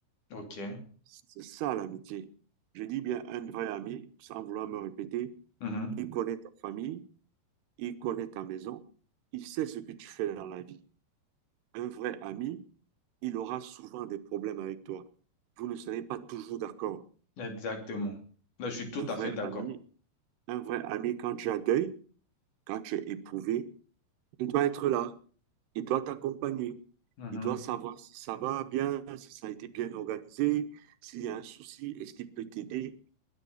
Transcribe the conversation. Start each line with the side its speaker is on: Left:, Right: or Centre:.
Left: Ok.
Right: C'est ça l'amitié. Je dis bien un vrai ami, sans vouloir me répéter,
Left: Mhm.
Right: il connaît ta famille, il connaît ta maison, il sait ce que tu fais dans la vie. Un vrai ami, il aura souvent des problèmes avec toi. Vous ne serez pas toujours d'accord.
Left: Exactement. Là, je suis tout
Right: Un
Left: à
Right: vrai
Left: fait d'accord.
Right: ami, un vrai ami, quand tu as deuil, quand tu es éprouvé, il doit être là, il doit t'accompagner.
Left: Mhm.
Right: Il doit savoir si ça va bien, si ça a été bien organisé, s'il y a un souci, est-ce qu'il peut t'aider.